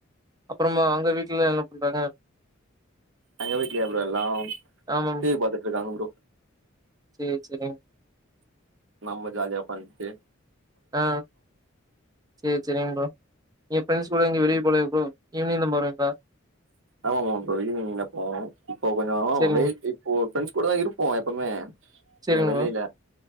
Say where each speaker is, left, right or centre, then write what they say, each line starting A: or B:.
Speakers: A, on the right (about 20°); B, on the right (about 70°).
A: அப்புறமா உங்க வீட்ல என்ன பண்றாங்க
B: எங்க வீட்லயா ப்ரோ எல்லா
A: ஆமாம்
B: டிவி பாத்துட்ருக்காங்க ப்ரோ
A: சேர் செரிங்
B: நம்ம ஜாலியா உக்கான்ட்டு
A: ஆ சேர் செரிங் ப்ரோ ஏ ஃப்ரெண்ட்ஸ் கூட எங்கியு வெளிய போலையா ப்ரோ ஈவ்னிங் தா போவீங்ளா
B: ஆமாமா ப்ரோ ஈவ்னிங் தா போவ இப்போ கொஞ்சோ
A: சரிங்க
B: வெயில் ஒ ஃப்ரெண்ட்ஸ் கூட தா இருப்போ எப்பமே
A: சரிங்க
B: இங்க வெளில
A: ப்ரோ.